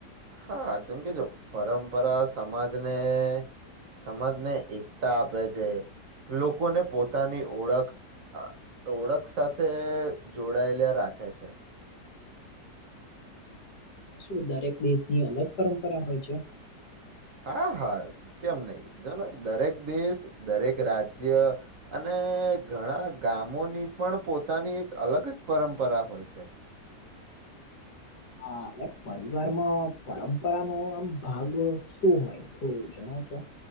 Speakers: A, on the right (about 55°); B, on the left (about 70°).
A: હા, કેમ કેજો પરંપરા સમાજને. સમાજને એકતા આપે છે, લોકોને પોતાની ઓળખ. ઓળખ સાથે જોડાયેલા રાખે છે.
B: <inaudible> શું દરેક દેશની અલગ પરંપરા હોય છે?
A: હા હા, કેમ નહી જોને દરેક દેશ દરેક રાજ્ય અને. ઘણા ગામોની પણ પોતાની એક અલગ જ પરંપરા હોય છે.
B: <inaudible> અને પરિવારમાં પરંપરા નો આમ ભાગ શું હોય થોડું જણાવશો.